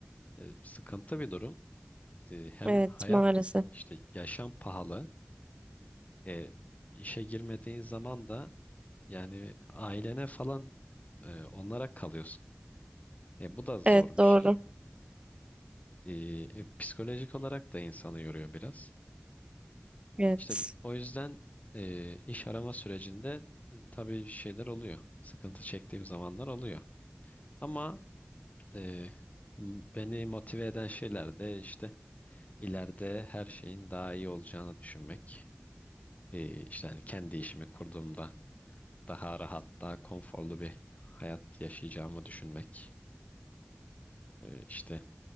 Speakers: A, on the left; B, on the right.
A: e, sıkıntı bir durum. E, hem
B: Evet,
A: hayat
B: maalesef.
A: işte yaşam pahalı. E, işe girmediğin zaman da yani ailene falan e, onlara kalıyorsun. E, bu da zor
B: Evet,
A: bir
B: doğru.
A: şey. E, e, psikolojik olarak da insanı yoruyor biraz.
B: Evet.
A: İşte o yüzden e, iş arama sürecinde e, tabii şeyler oluyor. Sıkıntı çektiğim zamanlar oluyor. Ama e, m- beni motive eden şeyler de işte ileride her şeyin daha iyi olacağını düşünmek. E, işte hani kendi işimi kurduğumda daha rahat, daha konforlu bir hayat yaşayacağımı düşünmek. Ee, işte